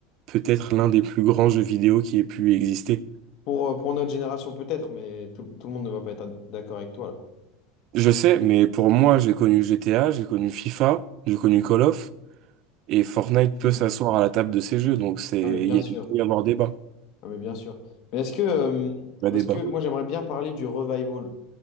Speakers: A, on the right; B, on the left.
A: peut-être l'un des plus grands jeux vidéo qui ait pu exister.
B: Pour, euh, pour notre génération, peut-être, mais tout, tout le monde ne va pas être d'accord avec toi, là.
A: Je sais, mais pour moi, j'ai connu GTA, j'ai connu FIFA, j'ai connu Call of, et Fortnite peut
B: Mm.
A: s'asseoir à la table de ces jeux, donc c'est,
B: Ah,
A: il
B: mais bien
A: y
B: sûr.
A: a- il peut y avoir débat.
B: Ah, mais bien sûr. Mais est-ce que, euh,
A: Vrai
B: est-ce
A: débat.
B: que moi, j'aimerais bien parler du revival,